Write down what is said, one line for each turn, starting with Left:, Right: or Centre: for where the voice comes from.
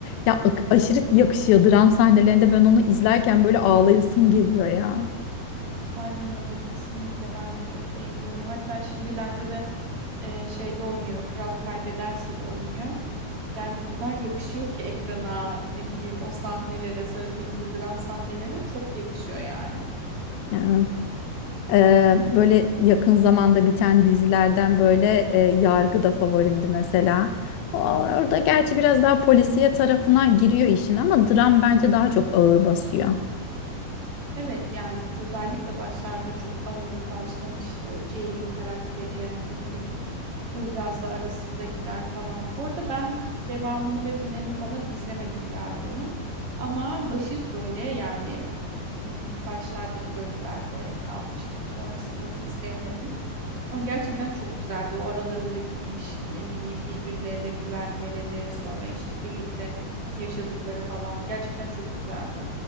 Left: Ya
Right: Aynen.
Left: ak- aşırı yakışıyor dram sahnelerinde ben onu izlerken böyle ağlayasım geliyor ya.
Right: Aynen öyle kesinlikle ben de çok beğeniyorum. Hatta şimdilerde de e, şeyde oynuyor. Kral kaybederse de oynuyor. Yani o kadar yakışıyor ki ekrana ne bileyim o sahnelere söylediğin gibi dram sahnelerine çok yakışıyor yani.
Left: Yani. Ee, böyle yakın zamanda biten dizilerden böyle e, Yargı da favorimdi mesela. O- Orada gerçi biraz daha polisiye tarafına giriyor işin ama dram bence daha çok ağır basıyor.
Right: Evet yani özellikle başlarda çok ağır başlamıştı o Jail'in karakteri ne bileyim Ilgaz'la arasındakiler falan. Bu arada ben devamını ve finalini falan izlemedim Yargı'nın ama başı böyle yani m, başlardaki bölümlerde kalmıştım. Sonrasında da izleyemedim. Ama gerçekten çok güzeldi. O aralarındaki ilişki ne bileyim birbirlerine güvenmeleri sonra işte birlikte yaşadıkları falan gerçekten çok güzeldi.